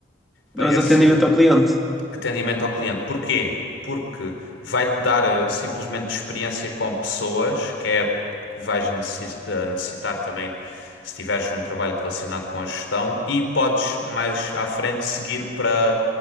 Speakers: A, on the left; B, in the centre.
A: para
B: Mas
A: esse
B: atendimento ao cliente.
A: Atendimento ao cliente. Porquê? Porque vai-te dar eh, simplesmente experiência com pessoas, que é que vais necessi- eh, necessitar também se tiveres um trabalho relacionado com a gestão e podes mais à frente seguir para